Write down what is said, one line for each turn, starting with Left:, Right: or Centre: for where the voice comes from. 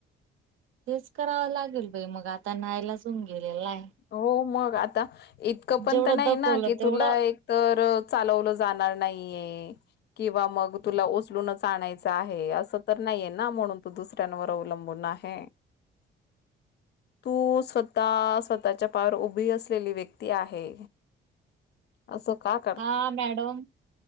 Right: तेच करावं लागेल बाई मग आता नाईलाज होऊन गेलेला आहे.
Left: हो मग आता इतकं पण
Right: जेवढं
Left: तर नाही
Right: दखवलं
Left: ना की
Right: तेवढं
Left: तुला एक तर चालवलं जाणार नाहीये. की बा मग तुला उचलूनच आणायचं आहे असं तर नाहीये ना म्हणून तू दुसर तनअवलंबून आहे तू स्वत स्वतः- तःच्या पार उभी असलेली व्यक्ती आहे. असं का का.
Right: हा मॅडम